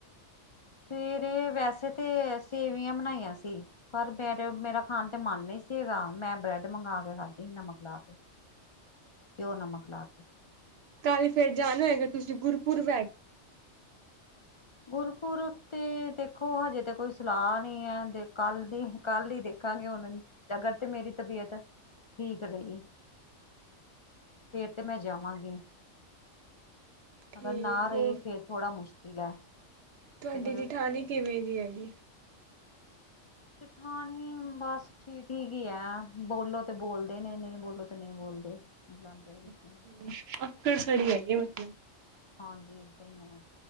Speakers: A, on the left; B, on the right.
A: ਤੇਰੇ ਵੈਸੇ ਤੇ ਅਸੀਂ ਸੇਵੀਆ ਬਣਾਈਆਂ ਸੀ। ਪਰ ਫਿਰ ਮੇਰਾ। ਹਾਂ ਤੇ ਮੈਂ ਬਰੈਡ ਮੰਗਾ ਕੇ ਖਾਦੀ ਨਮਕ ਲਾ ਕੇ ਘਿਓ ਨਮਕ ਲਾ ਕੇ।
B: ਚਲ ਫਿਰ ਜਾਨ ਤਿਸੁ ਗੁਰਪੁਰਬ
A: ਗੁਰ ਪੂਰਬ ਤੇ ਦੇਖੋ ਹਜੇ ਤੇ ਕੋਈ ਸਲਾਹ ਨਹੀਂ ਹਦੇ ਕੱਲ ਦੀ ਕੱਲ ਹੀ ਦੇਖਾਂਗੇ ਹੁਣ ਨਗਰ ਤੇ ਮੇਰੀ ਤਬੀਅਤ-ਠੀਕ ਰਹੀ ਤੇ ਮੈਂ ਜਾਵਾਂਗੀ
B: ਠੀਕ
A: ਅਗਰ ਨਾ ਰਹੀ
B: ਹੋਰ
A: ਫਿਰ ਥੋੜਾ ਮੁਸ਼ਕਿਲ <inaudible>
B: ਤੁਹਾਡੀ
A: ਫਿਰ
B: ਜਠਾਣੀ ਕਿਵੇਂ ਜੀ ਹੈਗੀ
A: ਜਠਾਣੀ ਬੱਸ ਠੀਕ ਕੀ ਆ ਬੋਲੋ ਤੇ ਬੋਲਦੇ ਨੇ ਨਹੀਂ ਬੋਲੋ ਤੇ ਨਹੀਂ ਬੋਲਦੇ ਬੁਲਾਉਂਦੇ ਕਿਸੇ
B: <unintelligible>
A: ਨੂੰ
B: <inaudible>
A: ਹਾਂਜੀ ਇਦਾ ਹੀ ਆ